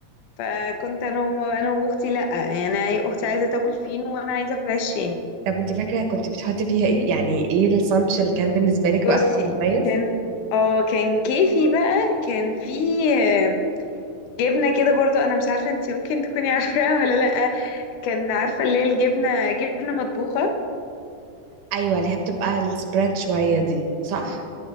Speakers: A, on the left (about 80°); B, on the right (about 80°).
A: فكنت انا وم- انا واختي لا يعني أنا إيه، اختي عايزه تاكل فينو وانا عايزه اكل عيش شامي
B: طب انت فاكره كنت بتحطي فيها ايه يعني ايه الساندوتش اللي كان بالنسبه لك بقى
A: بصي
B: بيبقى مميز
A: كان اه كان كيفي بقى كان في آه، جبنه كده برضو انا مش عارفه انتي ممكن تكوني عارفاها <laughs> ولا لا كان عارفه اللي هي الجبنه جبنه مطبوخه
B: ايوه اللي هي بتبقى السبريد شويه دي صح